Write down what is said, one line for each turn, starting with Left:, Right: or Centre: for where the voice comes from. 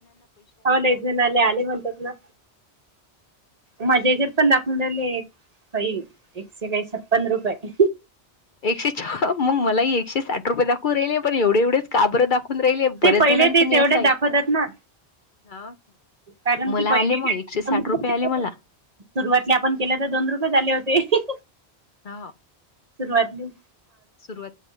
Right: हाव लय जणाले, आले म्हणतात ना. माझ्या हेच्यात पण दाखवून राहिले, काही एकशे काही छप्पन्न रुपये.
Left: एकशे मग मला ह एकशे साठ रुपये दाखवून राहिले, पण एवढे एवढेच का बरं एवढेच दाखून राहिले. बऱ्याच
Right: ते. पहिले
Left: जणांचं
Right: ते
Left: मी
Right: तेवढे
Left: असं ऐक
Right: दाखवतात ना.
Left: हा.
Right: कारण
Left: मला
Right: ती पहिली
Left: आले मग
Right: वे
Left: एकशे साठ रुपये आले मला
Right: <unintelligible> सुरुवातले आपण केले होते. दोन रुपये च आले होते.
Left: ह..
Right: सुरुवातली.
Left: सुरवात